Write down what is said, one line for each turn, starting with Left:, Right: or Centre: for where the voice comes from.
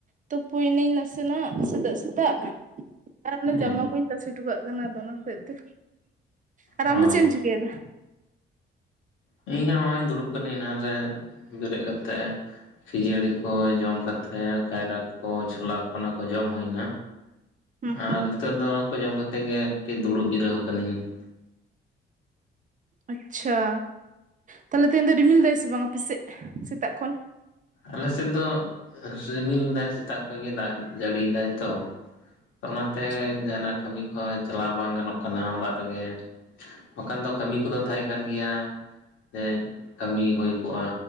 Right: ᱛᱩᱯᱩᱭᱤᱱᱟᱹᱧ ᱱᱟᱥᱮ ᱱᱟᱜ ᱥᱮᱛᱟᱜ ᱥᱮᱛᱟᱜ ᱾ ᱟᱨ ᱚᱱᱟ
Left: ᱦᱮᱸ
Right: ᱡᱟᱢᱟ ᱠᱩᱧ ᱛᱟᱥᱮ ᱦᱚᱴᱚ ᱠᱟᱜ ᱠᱟᱱᱟ ᱟᱫᱚ ᱚᱱᱟ ᱦᱚᱛᱮᱡ ᱛᱮ, ᱟᱨ
Left: ᱚ
Right: ᱟᱢᱫᱚ ᱪᱮᱫ ᱮᱢ ᱪᱤᱠᱟᱹᱭᱮᱫᱟ?
Left: ᱤᱧ ᱦᱚᱸ ᱦᱚᱸᱜᱼᱚᱸᱭ ᱫᱩᱲᱩᱵ ᱠᱟᱹᱱᱟᱹᱧ ᱮᱱᱟᱝ ᱨᱮ ᱵᱮᱨᱮᱜ ᱠᱟᱛᱮᱜ ᱾ ᱠᱷᱟᱹᱡᱟᱹᱲᱤ ᱠᱚ ᱡᱚᱢ ᱠᱟᱛᱮ ᱠᱟᱭᱨᱟ ᱠᱚ ᱪᱷᱚᱞᱟ ᱚᱱᱟ ᱠᱚ ᱡᱚᱢ ᱦᱩᱭᱱᱟ
Right: ᱦᱩᱸ
Left: ᱟᱨ ᱱᱤᱛᱚᱜ ᱫᱚ ᱠᱚ ᱡᱚᱢ ᱠᱟᱛᱮᱜ ᱜᱮ ᱠᱟᱹᱴᱤᱡ ᱫᱩᱲᱩᱵ ᱡᱤᱨᱟᱹᱣ ᱠᱟᱹᱱᱟᱹᱧ ᱾
Right: ᱟᱪᱪᱷᱟ, ᱛᱟᱞᱦᱮ ᱛᱮᱦᱮᱧ ᱫᱚ ᱨᱤᱢᱤᱞ ᱫᱟᱭ ᱥᱮ ᱵᱟᱝ ᱟᱯᱮ ᱥᱮᱫ ᱥᱮᱛᱟᱜ ᱠᱷᱚᱱ?
Left: ᱟᱞᱮ ᱥᱮᱫ ᱫᱚ ᱥᱤᱢᱤᱞ ᱫᱟᱭ ᱥᱮᱛᱟᱜ ᱠᱷᱚᱡ ᱜᱮ ᱫᱟᱜ ᱡᱟᱹᱲᱤᱭ ᱫᱟᱭ ᱛᱚ ᱾ ᱚᱱᱟᱛᱮ
Right: ᱟᱪᱪᱷᱟ
Left: ᱡᱟᱦᱟ ᱱᱟᱜ ᱠᱟᱹᱢᱤ ᱠᱚᱦᱚᱸ ᱪᱟᱞᱟᱣ ᱵᱟᱝ ᱜᱟᱱᱚᱜ ᱠᱟᱱᱟ ᱚᱲᱟᱜ ᱨᱮᱜᱮ ᱵᱟᱠᱷᱟᱱ ᱫᱚ ᱠᱟᱹᱢᱤ ᱠᱚᱫᱚ ᱛᱟᱦᱮᱸ ᱠᱟᱱ ᱜᱮᱭᱟ ᱾ ᱥᱮ ᱠᱟᱹᱢᱤ ᱦᱩᱭ ᱠᱚᱜᱼᱟ